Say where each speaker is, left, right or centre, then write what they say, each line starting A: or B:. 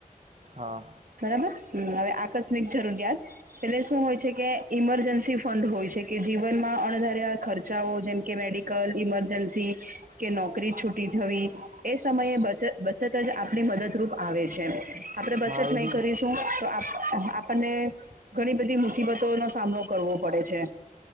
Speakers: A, on the right (about 55°); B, on the right (about 80°).
A: હા.
B: બરાબર હમ હવે આકસ્મિક જરૂરિયાત. એટલે શું હોય છે કે ઈમરજન્સી ફંડ હોય છે કે જીવનમાં અણધાર્યા ખર્ચાઓ જેમકે મેડિક. ઇમરજન્સી કે નોકરી છુટી થવી. એ સમયે બચ બચત જ આપણી મદદરૂપ આવે છે આપડે બચત
A: હા એ
B: નહી
A: બી
B: કરીશ. તો આપણને ઘણી બધી મુસીબતો નો સામનો કરવો પડે છે.